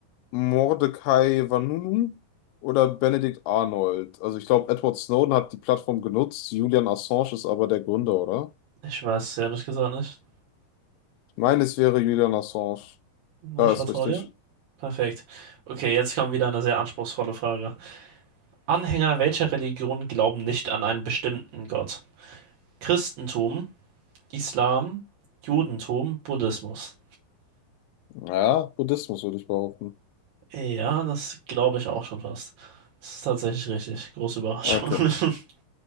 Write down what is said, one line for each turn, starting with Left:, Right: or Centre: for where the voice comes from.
Left: Mordecai Vanunu oder Benedict Arnold? Also ich glaube, Edward Snowden hat die Plattform genutzt, Julian Assange ist aber der Gründer, oder?
Right: Ich weiß es ehrlich gesagt nicht.
Left: Ich meine, es wäre Julian Assange. Ja,
Right: Ich vertraue
Left: ist richtig.
Right: dir. Perfekt. Okay, jetzt kommt wieder eine sehr anspruchsvolle Frage. Anhänger welcher Religion glauben nicht an einen bestimmten Gott? Christentum, Islam, Judentum, Buddhismus.
Left: Ja, Buddhismus würde ich behaupten.
Right: Ja, das glaube ich auch schon fast. Das ist tatsächlich richtig. Große Überraschung.
Left: Okay.
Right: <laughs>